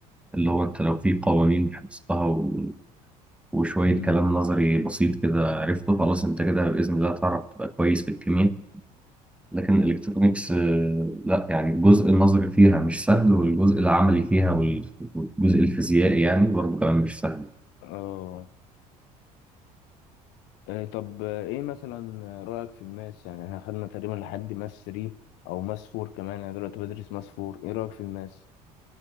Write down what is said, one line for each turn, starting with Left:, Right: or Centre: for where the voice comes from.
Centre: اللي هو انت لو في قوانين حفظتها و... وشوية
Left: امم
Centre: كلام نظري بسيط كده عرفته خلاص انت كده بإذن الله تعرف تبقى كويس في الكيمياء لكن الالكترونيكس آه، لا يعني الجزء النظري فيها مش سهل والجزء العملي فيها وال- والجزء الفيزيائي يعني برضه كمان مش سهل
Left: اه آه، طب آه، ايه مثلا رايك في الماس يعني احنا خدنا تقريبا لحد ماس 3 او ماس 4 كمان انا دلوقتي بدرس ماس 4 ايه رايك في الماس